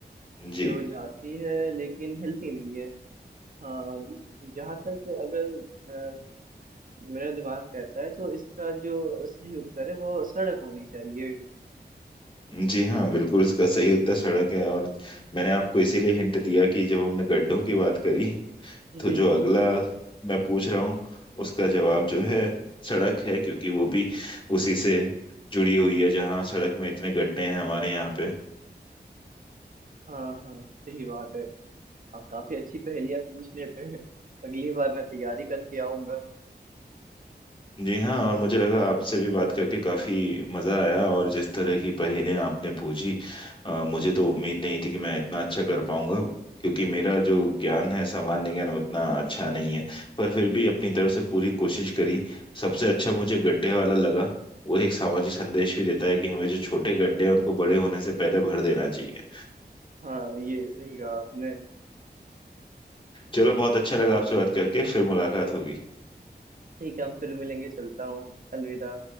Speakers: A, on the left; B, on the right.
A: जी
B: जो जाती है लेकिन हिलती नहीं है हाँ जहाँ तक अगर अ, मेरा दिमाग कहता है तो इसका जो सही उत्तर है वो सड़क होनी चाहिए
A: जी हाँ बिल्कुल इसका सही उत्तर सड़क है और मैंने आपको इसीलिए हिंट दिया कि जब हमने गड्ढों
B: हाँ
A: की
B: हाँ
A: बात करी तो
B: जी
A: जो
B: जी
A: अगला मैं पूछ रहा हूँ उसका जवाब जो है सड़क है क्योंकि वो भी उसी से जुड़ी हुई है जहाँ सड़क में इतने गड्ढे हैं हमारे यहाँ पे
B: हाँ हाँ सही बात है आप काफी अच्छी पहेलियाँ पूछ लेते हैं अगली बार मैं तैयारी करके आऊंगा
A: जी हाँ और मुझे लगा आपसे भी बात करके काफ़ी मज़ा आया और जिस तरह की पहेलियाँ आपने पूछी अ, मुझे तो उम्मीद नहीं थी कि मैं इतना अच्छा कर पाऊंगा क्योंकि मेरा जो ज्ञान है सामान्य ज्ञान उतना अच्छा नहीं है पर फिर भी अपनी तरफ से पूरी कोशिश करी सबसे अच्छा मुझे गड्ढे वाला लगा वो एक सामाजिक संदेश भी देता है कि हमें जो छोटे गड्ढे हैं उनको बड़े होने से पहले भर देना चाहिए
B: हाँ ये सही कहा आपने
A: चलो बहुत अच्छा
B: चलिए
A: लगा आपसे बात करके फिर मुलाकात होगी
B: ठीक है हम फिर मिलेंगे चलता हूँ अलविदा